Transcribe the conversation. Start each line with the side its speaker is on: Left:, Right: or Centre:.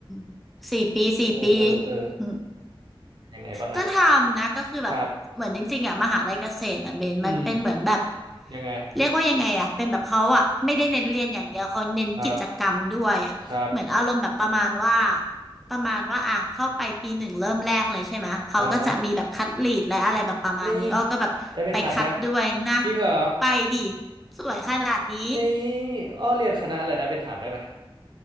Centre: ำสี่ปีสี่ปี
Right: เออเออเออ
Centre: อืม
Right: เป็นยังไงบ้างอ่ะ
Centre: ก็ทำนะก็คือแบบเหมือนจริงๆอ่ะมหาลัยเกษตรอ่ะเบนมันเป็นเหมือนแบบ
Right: ครับอืมยังไง
Centre: เรียกว่ายังไงอ่ะเป็นแบบเขาอ่ะไม่ได้เน้นเรียนอย่างเดียวเขาเน้นกิจกรรมด้วยอะเหมือนอารมณ์แบบประมาณว่า
Right: ครับครับ
Centre: ประมาณว่าอ่ะเข้าไปปีหนึ่งเริ่มแรกเลยใช่ไหมเขาก็จะมีแบบคัดลีดและอะไรแบบประมาณนี้อ้อก็แบบไปคัดด้วยนะ
Right: อ่าฮะนี่ได้ไปคัดไหมจริงเหรอ
Centre: ไปดิสวยขนาดนี้
Right: นี่อ้อเรียนคณะอะไรนะเป็นถามได้ไหม